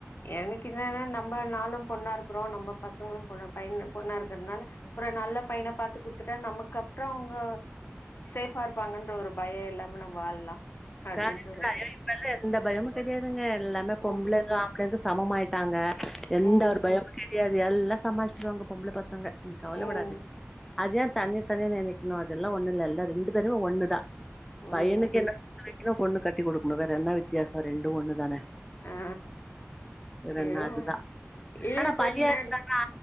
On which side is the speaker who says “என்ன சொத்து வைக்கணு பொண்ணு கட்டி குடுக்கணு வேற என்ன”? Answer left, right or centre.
Centre